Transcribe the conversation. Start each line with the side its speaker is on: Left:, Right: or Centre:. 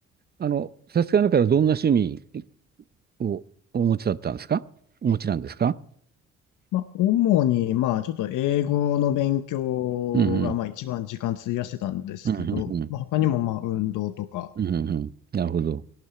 Right: あの、さすがなからどんな趣味をお持ちだったんですかお持ちなんですか
Left: まあ主にまあちょっと英語の勉強がまあ一番時間費やしてたんですけど、
Right: うんうん。うんうんうん。
Left: まあ他にもまあ運動とか、
Right: うんうんうんうんなるほど。